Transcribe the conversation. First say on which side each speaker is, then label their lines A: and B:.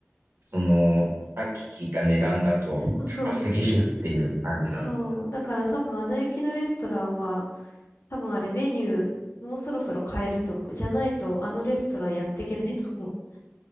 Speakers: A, on the right; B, on the left.
A: その、さっき聞いた値段だと高すぎるっていう感じなのか
B: <laughs> そうそう。そう。だから多分、アナ雪のレストランは、多分あれメニュー、もうそろそろ変えると思う。じゃないと、あのレストランやっていけないと思う。